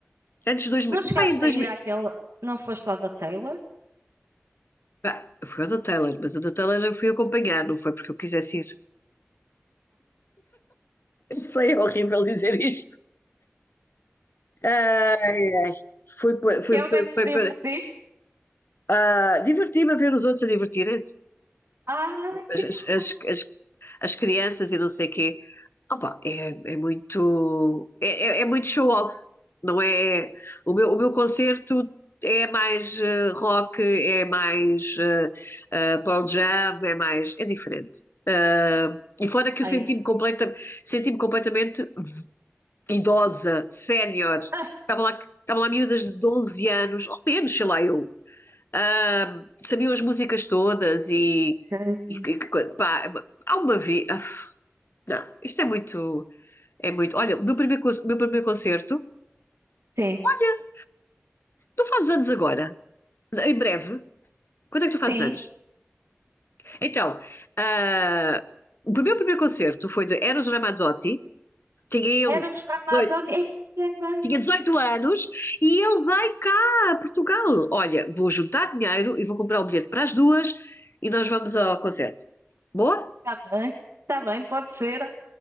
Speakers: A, on the left; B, on the right.
A: Antes de 2000.
B: não chegaste
A: Bem, 2000.
B: a ir àquele. Não foste ao da Taylor?
A: Bah, foi o da Taylor, mas o da Taylor eu fui acompanhar, não foi porque eu quisesse ir. Eu sei, é horrível dizer isto. Ai, ai. Foi, para- foi,
B: Que ao
A: foi,
B: menos
A: foi
B: divertiste?
A: para. ah, divertir-me a ver os outros a divertirem-se.
B: Ai,
A: as,
B: que
A: as,
B: horror.
A: as, as, as crianças e não sei quê. Opa, é, é muito é, é- é muito show off, não é? O meu, o meu concerto é mais eh, rock, é mais eh, eh, Pearl Jam, é mais é diferente. Ah, e fora que
B: Ai,
A: eu senti-me completa, senti-me completamente idosa, sénior.
B: ah,
A: Estavam lá, estavam lá miúdas de 12 anos, ou menos, sei lá, eu ah, sabiam as músicas todas e,
B: que-
A: e que- que- pá, há uma vez. ah, Não, isto é muito. É muito. Olha, o meu primeiro, conce- o meu primeiro concerto.
B: Sim,
A: Olha, tu fazes anos agora, em breve. Quando é que tu fazes
B: sim.
A: anos? Então, ah, o meu primeiro concerto foi de Eros Ramazzotti, tinha ele
B: eram os Ramazotti.
A: 18,
B: Ai, é bem.
A: tinha 18 anos e ele vem cá a Portugal. Olha, vou juntar dinheiro e vou comprar o bilhete para as duas e nós vamos ao concerto. Boa?
B: Está bem. Está bem, pode ser.